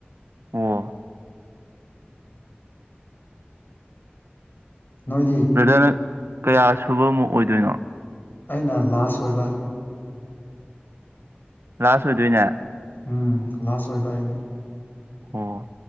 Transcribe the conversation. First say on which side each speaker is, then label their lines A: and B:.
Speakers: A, on the right; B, on the left.
A: ꯑꯣ
B: ꯅꯣꯏꯗꯤ
A: ꯕ꯭ꯔꯗꯔꯅ ꯀꯌꯥ ꯁꯨꯕꯃꯨꯛ ꯑꯣꯏꯗꯣꯏꯅꯣ
B: ꯑꯩꯅ ꯂꯥꯁ ꯑꯣꯏꯕ
A: ꯂꯥꯁ ꯑꯣꯏꯗꯣꯏꯅꯦ
B: ꯎꯝ ꯂꯥꯁ ꯑꯣꯏꯕ ꯑꯩꯅ
A: ꯑꯣ